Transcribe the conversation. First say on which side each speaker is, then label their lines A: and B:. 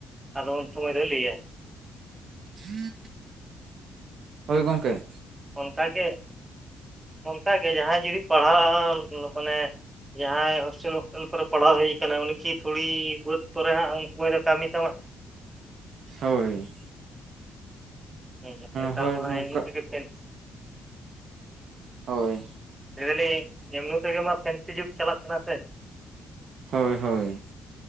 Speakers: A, on the right; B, on the right.
A: ᱟᱫᱚ ᱩᱱ ᱥᱚᱢᱚᱭ ᱫᱚᱭ ᱞᱟᱹᱭᱟ
B: <inaudible> ᱦᱳᱭ ᱜᱚᱝᱠᱮ
A: ᱚᱱᱠᱟᱜᱮ ᱚᱱᱠᱟᱜᱮ ᱡᱟᱦᱟᱸᱭ ᱡᱩᱫᱤ ᱯᱟᱲᱦᱟᱜ ᱢᱟᱱᱮ ᱡᱟᱦᱟᱸᱭ ᱦᱳᱥᱴᱮᱞ ᱢᱳᱥᱴᱮᱞ ᱠᱚᱨᱮ ᱯᱟᱲᱦᱟᱣ ᱦᱮᱡ ᱟᱠᱟᱱᱟ ᱩᱱᱤ ᱠᱤ ᱛᱷᱚᱲᱤ ᱵᱟᱹᱫᱽ ᱠᱚᱨᱮ ᱦᱟᱜ ᱩᱱ ᱥᱚᱢᱚᱭ ᱫᱚ ᱠᱟᱹᱢᱤ ᱛᱟᱢᱟᱭ
B: ᱦᱳᱭ
A: ᱦᱮᱸ, ᱱᱮᱛᱟᱨ
B: ᱦᱳᱭ
A: ᱢᱟ
B: ᱱᱚᱝᱠᱟ
A: ᱮᱢᱱᱤ ᱛᱮᱜᱮ ᱯᱷᱮᱱ
B: ᱦᱳᱭ
A: ᱞᱟᱹᱭ ᱫᱟᱞᱤᱧ ᱮᱢᱱᱤ ᱛᱮᱜᱮ ᱢᱟ ᱯᱷᱮᱱᱥᱤ ᱡᱩᱜᱽ ᱪᱟᱞᱟᱜ ᱠᱟᱱᱟ ᱥᱮ
B: ᱦᱳᱭ ᱦᱳᱭ